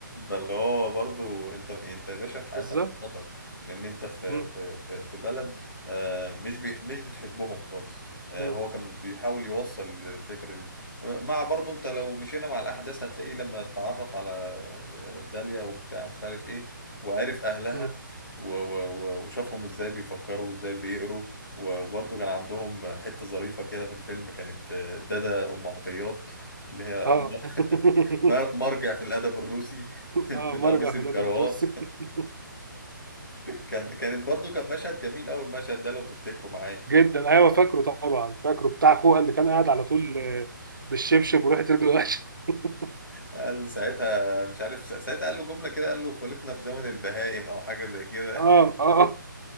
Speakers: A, on the left (about 80°); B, on the right (about 70°).
A: فاللي هو برضو انت انت يا باشا
B: <laughs>
A: في حياتك
B: بالظبط
A: خطر لان انت في
B: مم.
A: في في في بلد آه، مش بي مش بتحبهم خالص آه،
B: مم.
A: هو كان بيحاول يوصل الفكره دي مع برضو انت لو مشينا مع الاحداث هتلاقي لما اتعرف على آه، داليا وبتاع ومش عارف ايه وعرف اهلها
B: مم.
A: و- و- و- وشافهم ازاي بيفكروا وازاي بيقروا وبرضو كان عندهم حته ظريفه كده في الفيلم كانت آه، دادا ام عطيات اللي هي
B: اه <laughs>
A: مر- مرجع في الادب الروسي <laughs> بالقميص
B: اه مرجع
A: الكروات
B: فلاديمير الروسي <laughs>
A: كان كانت برضو كان مشهد جميل قوي المشهد ده لو تفتكروا معايا
B: جدا ايوه فاكره طبعا فاكره بتاع اخوها اللي كان قاعد على طول آه، بالشبشب وراحت رجله وحشه <laughs>
A: قال ساعتها مش عارف سا- ساعتها قال له جمله كده قال له خلقنا في زمن البهائم او حاجه زي كده
B: اه اه